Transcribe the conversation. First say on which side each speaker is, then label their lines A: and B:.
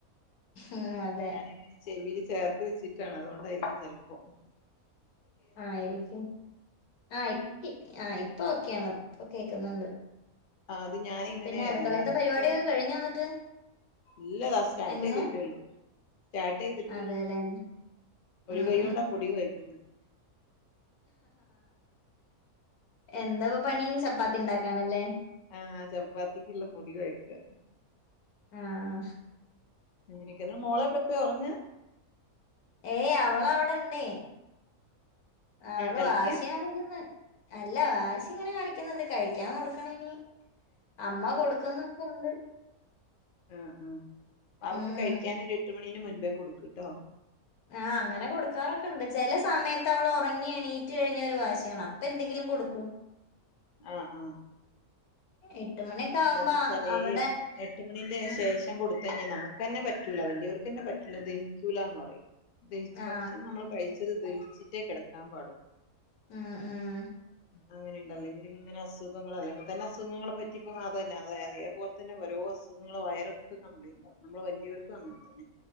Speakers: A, on the left; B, on the left.
A: ഉം അതെ
B: ഞാന എങ്ങനെ ചെവിൽ ചേർത്ത് വെച്ചിട്ടാണ് അതുകൊണ്ടായിരിക്കും ചെിലപ്പോം
A: ആയിരിക്കും ആഹ് ആ ഇപ്പ ഒക്കെയാണ് ഇപ്പൊ കേക്കുന്നുണ്ട്
B: ആ അത് ഞാാനിങ്ങനെ
A: പിന്നെ അടുക്കളയത്തെ പരിപാടിയൊക്കെ
B: ഇപ്പൊ
A: കഴിഞ്ഞോ എന്നിട്ട്
B: ഇല്ലതാ സ്റ്റാർട്ട്
A: എങ്ങനെ
B: ചെയ്തിട്ടേള്ളു സ്റ്റാർട്ട് ചെയ്തിട്ടേള്ളു
A: അതെല്ലേ
B: ഒരു
A: ആഹ്
B: കൈ കൊണ്ടാ പൊടി വെക്കുന്നു
A: എന്താ പണി ചപ്പാത്തി ഉണ്ടാക്കാനല്ലേ
B: ആഹ ചപ്പാത്തിക്കുള്ള പൊടടി കൊയ്ക്ക
A: ആഹ്
B: നിക്ക മോളെ എവിടെ പോയി ഉറങ്ങാ
A: ഏയ് അവളവിടെ ഇണ്ട അവള്
B: കളിക്കുക
A: വാശിയ കാണിക്കന്ന് അല്ല വാശി ഇങ്ങനെ കാണിക്കുന്നുണ്ട് കഴിക്കാൻ കൊടുക്കണ ഇനി അമ്മ കൊടുക്കുന്നൊക്കെ ഉണ്ട്
B: ആഹ് ആഹ് അവക്ക്
A: ഉം
B: കഴിക്കാൻൊ ഒരു എട്ട് മണിന് മുൻപേ കൊടുക്കുട്ടോ
A: ആഹ് അങ്ങനെ കൊടുക്കാറൊക്കെ ഉണ്ട് ചെല സമയത്ത് അവള് ഒറങ്ങി എണീറ്റ് കഴിഞ്ഞാ ഒരു വാശിയാണ് അപ്പ എന്തെങ്കിലും കൊടുക്കും
B: ആഹ് ആഹ്
A: എട്ട് മണിയൊക്കെ
B: അതന്നെച്ചാലെ
A: ആവുമ്പോ അ- അവിടെ
B: എ എട്ട് മണീൻ്റെ
A: ഉം
B: ശേഷം കൊടുത്തഴിഞ്ഞ നമ്മക്ക് തന്നെ പറ്റൂല വലിയവർക്ക്ന്നെ പറ്റൂല ദഹിക്കൂലാന്ന് പറയും. ദഹിച്ചു
A: ആ
B: ഭക്ഷണം നമ്മള് കഴിച്ച് ഇത് ദഹിച്ചിട്ടേ കെടക്കാൻ പാടുള്ളൂ
A: ആഹ് ആഹ്
B: അങ്ങനെ ഇണ്ട് അല്ലെങ്കില് ഇങ്ങന അസുഖങ്ങള് അല്ലെങ്കിൽ തന്നെ അസുഖങ്ങളെ പ ഇപ്പം അതന്നെ അതെ അതേപോല തന്നെ ഓരോ അസുഖങ്ങള് വയറ് ക്ക് കംപ്ലേൻ്റ് ആവും നമ്മൾ വലിയോർക്കും അങ്ങനെ തന്നെ